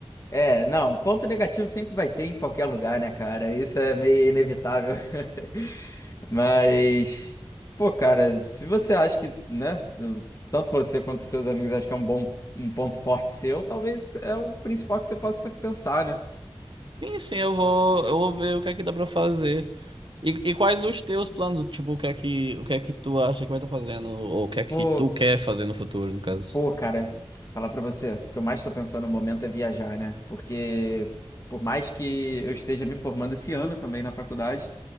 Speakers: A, on the left; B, on the right.
A: É, não, ponto negativo sempre vai ter em qualquer lugar, né, cara? Isso é meio inevitável. <laughs> Mas, pô, cara, se você acha que, né, tanto você quanto seus amigos acham que é um bom, um ponto forte seu, talvez é o principal que você possa pensar, né?
B: Sim, sim, eu vou, eu vou ver o que é que dá pra fazer. E, e quais os teus planos? Tipo, o que é que, o que é que tu acha que vai estar fazendo? Ou o que é que
A: Pô,
B: tu quer fazer no futuro, no caso?
A: pô, cara, falar pra você, o que eu mais tô pensando no momento é viajar, né? Porque por mais que eu esteja me formando esse ano também na faculdade,